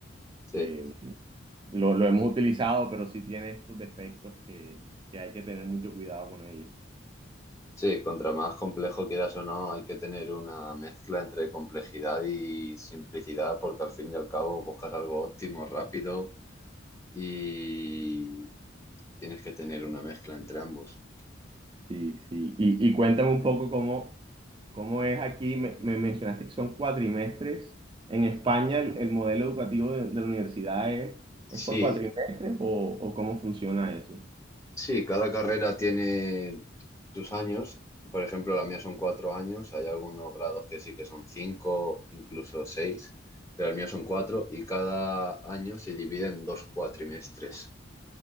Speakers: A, on the left; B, on the right.
A: sí.
B: Eh, lo, lo hemos utilizado, pero sí tiene estos defectos que, que hay que tener mucho cuidado con ellos.
A: Sí, contra más complejo quieras o no, hay que tener una mezcla entre complejidad y simplicidad, porque al fin y al cabo buscas algo óptimo, rápido y Tienes que tener una mezcla entre ambos.
B: Sí, sí. Y, y cuéntame un poco cómo, cómo es aquí. Me, me mencionaste que son cuatrimestres. En España el, el modelo educativo de, de la universidad es,
A: Sí,
B: es por cuatrimestres o, o cómo funciona eso.
A: sí, cada carrera tiene sus años. Por ejemplo, la mía son cuatro años. Hay algunos grados que sí que son cinco, incluso seis, pero el mío son cuatro y cada año se divide en dos cuatrimestres.